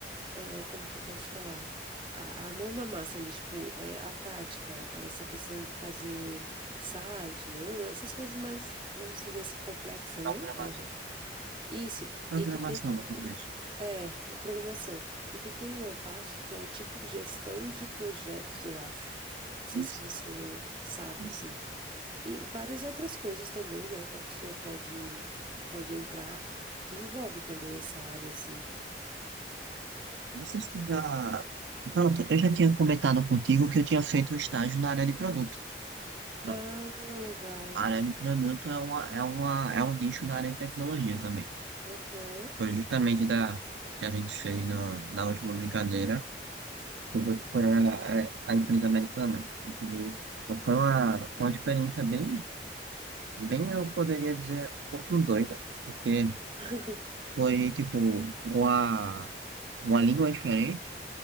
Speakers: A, on the right; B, on the right.
A: é, como que eu posso te falar? A, a mão na massa ali, tipo, é, a prática, é, essa questão de fazer site, né, essas coisas mais, vamos dizer assim, complexa,
B: Programa-
A: né? É, isso,
B: Programação
A: e que tem,
B: no contexto.
A: é, programação, e que tem uma parte que é tipo gestão de projetos, eu acho. Não sei
B: Isso,
A: se você sabe,
B: isso.
A: assim. E várias outras coisas também, né, que a pessoa pode, pode entrar, que envolve também essa área, assim.
B: Não sei se tu já. Pronto, eu já tinha comentado contigo que eu tinha feito um estágio na área de produto. Pronto,
A: Ah, legal.
B: a área de produto é uma, é uma, é um nicho da área de tecnologia também.
A: Aham.
B: Foi justamente da que a gente fez no, na última brincadeira sobre o que foi a, a, a empresa americana e tudo isso. Então foi uma, uma experiência bem, bem, eu poderia dizer, um pouquinho doida, porque
A: <laughs>
B: foi tipo uma, uma língua diferente